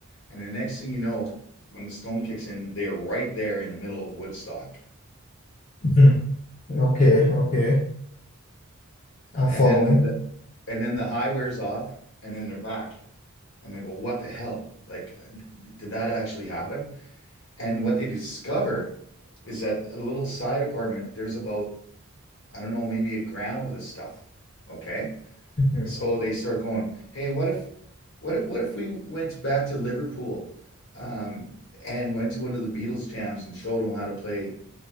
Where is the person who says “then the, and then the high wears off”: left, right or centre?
Left